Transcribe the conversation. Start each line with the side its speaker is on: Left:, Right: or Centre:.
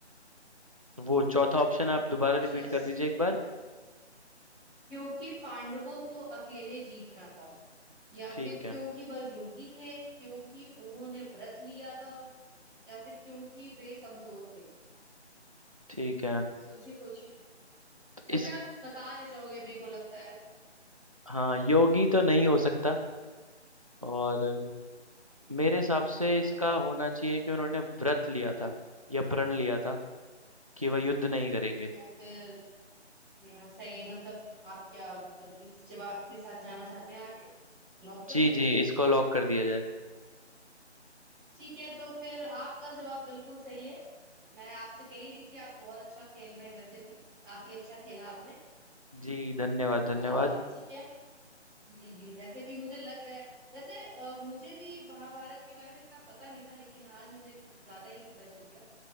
Right: वो चौथा ऑप्शन आप दोबारा
Centre: श्रस
Right: रिपीट कर दीजिए एक बार
Centre: क्योंकि पांडवों को अकेले जीतना था या
Right: ठीक
Centre: फिर
Right: है
Centre: क्योंकि वह योगी थे क्योंकि उन्होंने व्रत लिया था या फिर क्योंकि वे कमजोर थे
Right: ठीक है
Centre: सोचिए सोचिए
Right: तो
Centre: वैसे
Right: इस
Centre: आप बता ले जाओगे मेरे को लगता है
Right: हाँ योगी तो नहीं हो सकता और मेरे हिसाब से इसका होना चाहिए कि उन्होंने व्रत लिया था या प्रण लिया था कि वह युद्ध नहीं करेंगे
Centre: तो फिर हम्म, सही मतलब आप क्या मतलब इस जवाब के साथ जाना चाहते हैं आगे लॉक कर
Right: जी
Centre: दूं
Right: जी
Centre: मैं
Right: इसको लॉक कर दिया जाए
Centre: ठीक है तो फिर आपका जवाब बिल्कुल सही है मैं आपसे कह ही रही थी आप बहुत अच्छा खेल रहे हैं वैसे भी काफी अच्छा खेला आपने
Right: जी धन्यवाद धन्यवाद
Centre: अ, ठीक है जी जी वैसे भी मुझे लग रहा है वैसे अ, मुझे भी महाभारत के बारे में इतना पता नहीं था लेकिन आज मुझे कुछ ज्यादा ही पता चल गया